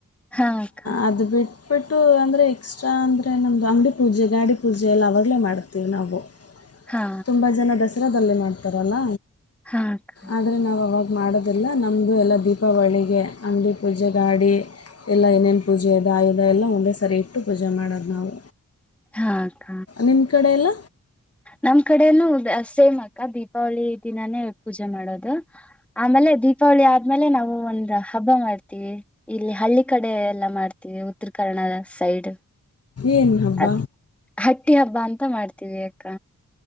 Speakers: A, in the centre; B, on the left.
A: ಹಾ ಅಕ್ಕ
B: ಅದು ಬಿಟ್ಟು ಬಟ್ಟು ಅಂದರೆ ಎಕ್ಸ್ಟ್ರ ಅಂದರೆ ನಮ್ಮದು ಅಂಗಡಿ ಪೂಜೆ ಗಾಡಿ ಪೂಜೆ ಎಲ್ಲ ಅವಾಗಲೇ ಮಾಡ್ತೀವಿ ನಾವು
A: ಹಾ
B: ತುಂಬಾ ಜನ ದಸ ರದಲ್ಲೇ ಮಾಡ್ತಾರಲ್ಲ
A: ಹಾ ಅಕ್ಕ
B: ಆದರೆ ನಾವು ಅವಾಗ ಮಾಡೋದಿಲ್ಲ ನಮ್ಮದು ಎಲ್ಲ ದೀಪಾವಳಿಗೆ ಅಡಿ ಪೂಜೆ ಗಾಡಿ ಎಲ್ಲ ಏನೇನು ಪೂಜೆ ದಾಯಧ ಎಲ್ಲ ಒಂದೇ ಸರಿ ಇಟ್ಟು ಪೂಜೆ ಮಾಡೋದು ನಾವು
A: ಹಾ ಅಕ್ಕ
B: ನಿಮ್ಮ ಕಡೆ ಎಲ್ಲ
A: ನಮ್ ಕಡೆನು ಸೇಮ್ ಅಕ್ಕ ದೀಪಾವಳಿ ದಿನಾನೇ ಪೂಜೆ ಮಾಡೋದು ಆಮೇಲೆ ದೀಪಾವಳಿ ಆದ ಆಮೇಲೆ ನಾವು ಒಂದು ಹಬ್ಬ ಮಾಡ್ತೀವಿ ಇಲ್ಲಿ ಹಳ್ಳಿ ಕಡೆ ಎಲ್ಲ ಮಾಡ್ತೀವಿ ಉತ್ತರ ಕರ್ನಾಟಕದ ಸೈಡ್
B: ಏನು ಹಬ್ಬ
A: ಅದ ಹಟ್ಟಿ ಹಬ್ಬ ಅಂತ ಂತ ಮಾಡ್ತೀವಿ ಅಕ್ಕ